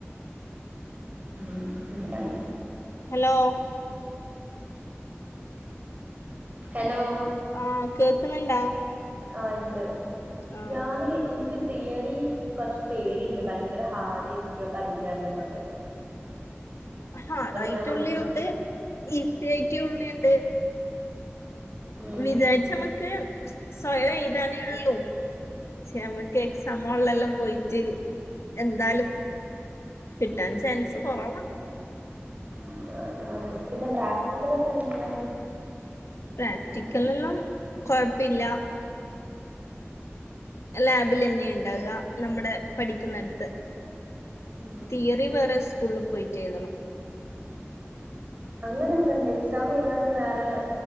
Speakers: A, on the right; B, on the left.
A: ആഹ് ഇങ്ങനാണ്
B: ഹലോ
A: ഹലോ
B: ആഹ് കേക്ന്ന്ണ്ടാ?
A: ആഹ് ഉണ്ട്
B: ആഹ്
A: ഞാന് ഇൻക്ക് തിയറി കൊർച്ച് പേടിണ്ട് ഭയങ്കര ഹാർഡയിരിക്കോ പഠിക്കാന്ന്നൊക്കെ?
B: ഹാഡൈറ്റ്
A: ഞാൻ പിന്നെ
B: ഉുള്ള്യുണ്ട് ഈസി ആയിറ്റ്യു ഉള്ളി ഉണ്ട്.
A: ഉം
B: വിചാരിച്ച നമ്മക്ക് സ്വയം എഴുതാനേ ഉള്ളൂ പക്ഷെ നമ്മക്ക് എക്സ സമിലെല്ലാം പോയിട്ട് എന്താലും കിട്ടാൻ ചാൻസ് കുറവാ
A: ഉ അതാണ് പിന്നെ പ്രാക്ടിക്കലൊ ക്കെങ്ങനെയാ
B: പ്രാക്ടിക്കൽ എല്ലാം കൊഴപ്പില്ല ലാബിൽന്നെ ഉണ്ടാകുക നമ്മുടെ പഠിക്കുന്നടുത്ത്
A: ഉം
B: തിയറി വേറെ സ്കൂളിൽ പോയിറ്റ് എഴുതണം
A: അങ്ങനെയൊക്കെ ഉണ്ട് എക്സാം എഴതാ വേറെ